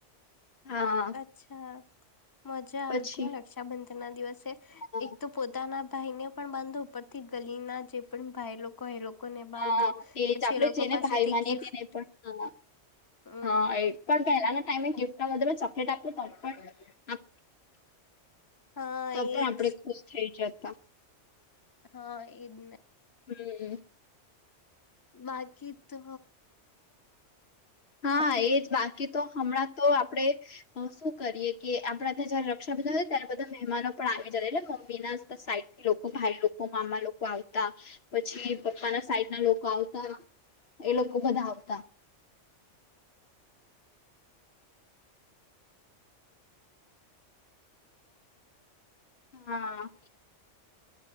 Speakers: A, on the left (about 60°); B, on the left (about 20°).
A: હા
B: અચ્છા મજા
A: પછી
B: આવતી રક્ષાબંધન ના દિવસે
A: હા
B: એક તો પોતાના ભાઈ ને પણ બાંધો ઉપરથી ગલીના જે પણ ભાઈ લોકો એ લોકો લોકોને બાંધો
A: હા એ
B: પછી
A: જ આપણેે જેને
B: પાસેથી
A: ભાઈ માનીએ
B: ગિફ્ટ
A: તેને પણ હ
B: હમ
A: હા એ પણ પહેલાના ટાઈમે ગિફ્ટ ના બધલે ચોકલેટ આપ્યું તો પણ
B: હા
A: તો પણ
B: એજ
A: આપણેે ખુશ થઇ જતા.
B: હા એજ ને
A: હમ
B: બાકી તો
A: હા
B: બાકી
A: એજ બાકી તો હમણાં તો આપડે શું કરીએ કે આપડા ત્યાં જયારે રક્ષાબધન હોય ત્યારે બધા મહેમાનો પણ આવી જ એટલે મમ્મી ના સાઈટ. લોકો ભાઈ લોકો મામા લોકો આવતા પછી પપ્પા ના સાઈડ ના લોકો આવતા. એ લોકો બધા આવતા. હા.